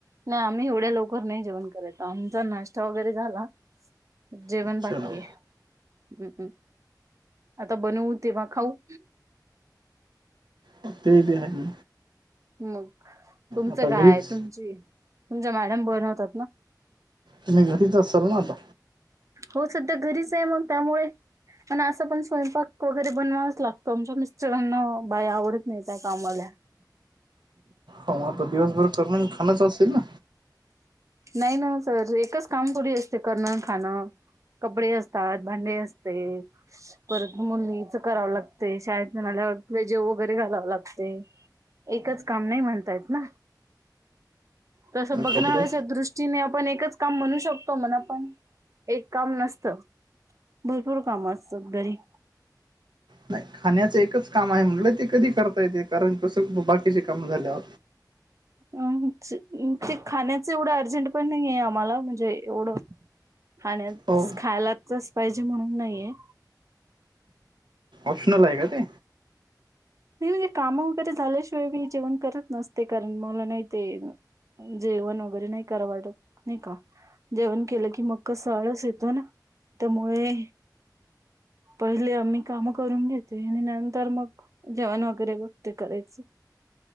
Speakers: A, on the right; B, on the right.
A: नाही आम्ही एवढ्या लवकर नाही जेवण करायचो आमचा नाश्ता वगैरे झाला जेवण
B: अच्छा
A: बाकी आहेम्म् आता बनवू तेव्हा खाऊ
B: हो ते ब आहे
A: मग तुमचं
B: आता
A: काय
B: घरीच
A: तुमची तुमच्या मॅडम बनवतात ना
B: तुम्ही घरीच असाल ना आता
A: हो सध्या घरीच आहे मग त्यामुळे पण असं पण स्वयंपाक वगैरे बनवावाच लागतो आमच्या मिस्टरांना बाय आवडत नाही त्या कामाला
B: ह आता दिवसभर करणार खाणच असेल ना
A: नाही ना सर एकच काम की असते करणं खाणं कपडे असतात भांडे असते परत मुलीचं करावं लागते शाळेत म्हणाल्यावर जेव वगैरे घालाव लागते एकच काम नाही म्हणतायेत ना तस बघणारच
B: कपडे
A: च्या दृष्टीने आपण एकच काम म्हणू शकतो मण आपण एक काम नसतं भरपूर काम असतात घरी
B: नाही खाण्याचं एकच काम आहे म्हंटलं ते कधी करता येते कारण कसं बाकीची काम झाल्या
A: अम ते खाण्याच एवढं अर्जंट पण नाही आहे आम्हाला म्हणजे एवढं खाण्यात
B: हो
A: खायलाचच पाहिजे म्हणून नाहीये
B: ऑप्शनल आहे का ते
A: नाही म्हणजे काम वगैरे झाल्याशिवाय मी जेवण करत नसते कारण मला नाही ते जेवण वगैरे नाही कराव वाटत नाही का जेवण केलं की मक्क स आळस येतो ना त्यामुळे पहिले आम्ही काम करून घेते आणि नंतर मग जेवण वगैरे बघते करायचं